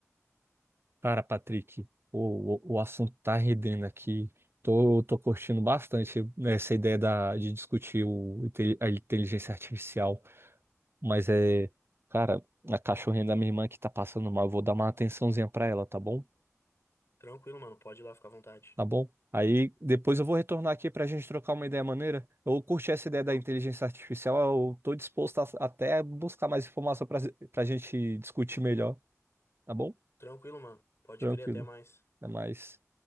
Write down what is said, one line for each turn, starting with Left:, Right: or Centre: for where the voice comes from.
Right: Cara, Patrick, o, o, o assunto tá rendendo aqui. Tô, tô curtindo bastante essa ideia da, de discutir o, inte- a inteligência artificial. Mas é, cara, a cachorrinha da minha irmã que tá passando mal, eu vou dar uma atençãozinha pra ela, tá bom?
Left: Tranquilo, mano, pode ir lá ficar à vontade.
Right: Tá bom? Aí depois eu vou retornar aqui pra gente trocar uma ideia maneira. Eu curti essa ideia
Left: Tran-
Right: da inteligência artificial, eu tô disposto a, até buscar mais informação pra, pra gente discutir melhor, tá bom?
Left: Tranquilo, mano, pode
Right: Tranquilo,
Left: crer até mais.
Right: até mais.